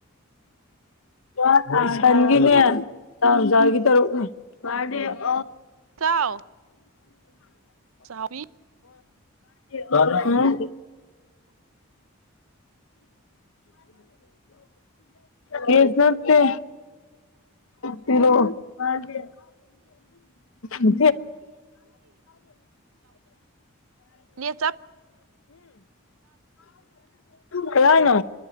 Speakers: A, on the left; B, on the right.
A: ꯑ ꯀꯣꯏꯁꯟꯒꯤꯅꯦ ꯇꯥꯡꯖꯒꯤ ꯇꯔꯨꯛꯅꯤ ꯋꯥꯗꯦ ꯑ <inaudible>
B: ꯆꯥꯎ ꯍꯥꯎꯕꯤ
A: <inaudible> ꯑꯣ ꯎꯝ ꯀꯦꯁ ꯅꯠꯇꯦ ꯄꯤꯔꯣ ꯃꯨꯊꯤ ꯎꯝ
B: ꯅꯦꯠ ꯆꯞ
A: ꯀꯩꯍꯥꯏꯅꯣ